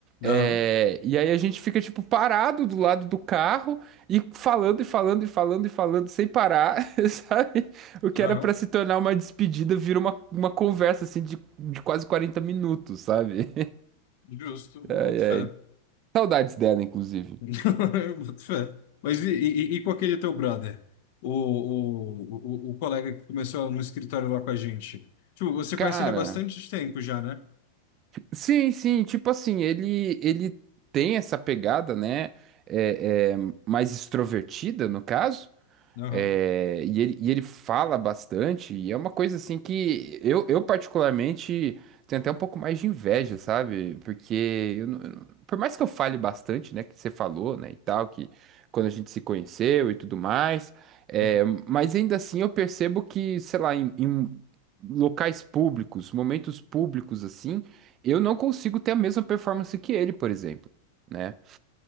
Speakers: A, on the left (about 60°); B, on the right (about 35°).
A: aham,
B: É, e aí a gente fica, tipo, parado do lado do carro e falando e falando e falando e falando sem parar, <laughs> sabe? O que
A: aham,
B: era pra se tornar uma despedida vira uma, uma conversa, assim, de, de quase 40 minutos, sabe?
A: justo,
B: <laughs>
A: eu
B: Ai,
A: boto
B: ai.
A: fé.
B: Saudades dela, inclusive.
A: <laughs> Eu boto fé. Mas e, e- e com aquele teu brother? O, o, o, o colega que começou no escritório lá com a gente. Tipo, você
B: Cara.
A: conhece ele há bastante tempo já, né?
B: Sim, sim, tipo assim, ele ele tem essa pegada, né? É, é, mais extrovertida, no caso.
A: Aham.
B: É, e ele, e ele fala bastante, e é uma coisa assim que eu, eu particularmente tenho até um pouco mais de inveja, sabe? Porque eu não- eu não- por mais que eu fale bastante, né, que você falou, né, e tal, que quando a gente se conheceu e tudo mais, é,
A: Uhum.
B: mas ainda assim eu percebo que, sei lá, em, em locais públicos, momentos públicos assim, eu não consigo ter a mesma performance que ele, por exemplo. né?